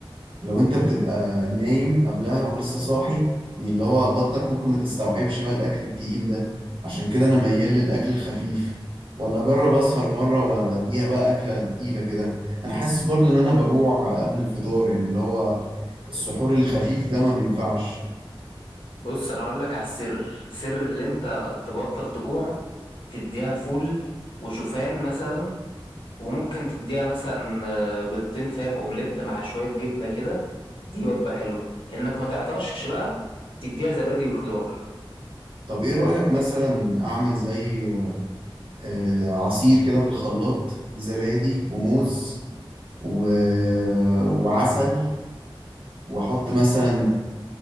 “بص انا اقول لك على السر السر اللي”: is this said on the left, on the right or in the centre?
Left